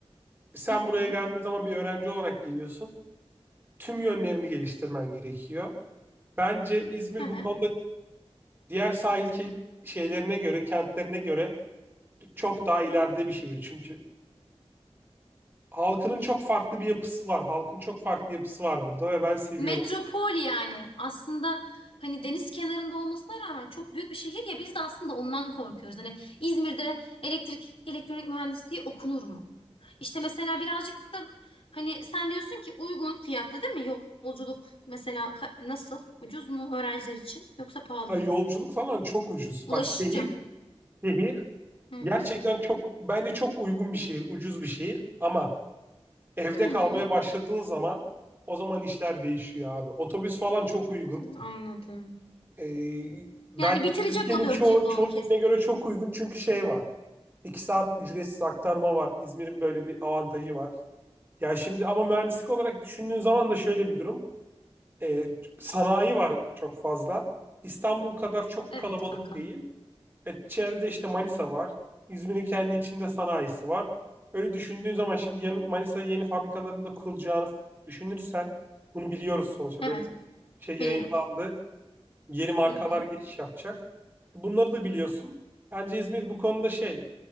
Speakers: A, on the right; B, on the left.
A: Sen
B: Hı
A: buraya
B: hı.
A: geldiğin zaman bir öğrenci olarak geliyorsun. Tüm yönlerini geliştirmen gerekiyor. Bence İzmir
B: Evet.
A: bu konuda diğer sahil ke- şeylerine göre, kentlerine göre çok daha ileride bir şehir çünkü. Halkının çok farklı bir yapısı var. Halkın çok farklı yapısı var burada ve ben seviyorum.
B: Metropol yani aslında hani deniz kenarında olmasına rağmen çok büyük bir şehir ya biz de aslında ondan korkuyoruz. Hani İzmir'de elektrik elektronik mühendisliği okunur mu? İşte mesela birazcık da hani sen diyorsun ki uygun fiyatlı değil mi? Yol- Yolculuk mesela ka- nasıl? Ucuz mu öğrenciler için yoksa pahalı
A: Ay,
B: mı?
A: Yolculuk falan çok ucuz.
B: Ulaşım.
A: Bak şehir, şehir
B: Hı hı.
A: gerçekten çok bence çok uygun bir şehir, ucuz bir şehir ama evde
B: Hı
A: kalmaya
B: hı.
A: başladığın zaman o zaman işler değişiyor abi. Otobüs falan çok uygun.
B: Anladım.
A: Ee, bence
B: Yani bitirecek
A: Türkiye'nin
B: o dört
A: çoğu,
B: yılda
A: çoğu
B: onu kesin.
A: yerine göre çok uygun çünkü şey var. İki saat ücretsiz aktarma var. İzmir'in böyle bir avantajı var. Ya şimdi ama mühendislik olarak düşündüğün zaman da şöyle bir durum. Ee, sanayi var çok fazla. İstanbul kadar çok
B: Evet
A: kalabalık
B: kanka.
A: değil. E, çevrede işte Manisa var. İzmir'in kendi içinde sanayisi var. Öyle düşündüğün zaman şimdi yanı, Manisa yeni fabrikalarında kurulacağını düşünürsen bunu biliyoruz sonuçta
B: Evet
A: böyle şey yayınlandı.
B: biliyoruz.
A: Yeni markalar
B: Hı hı.
A: giriş yapacak. Bunları da biliyorsun. Bence İzmir bu konuda şey,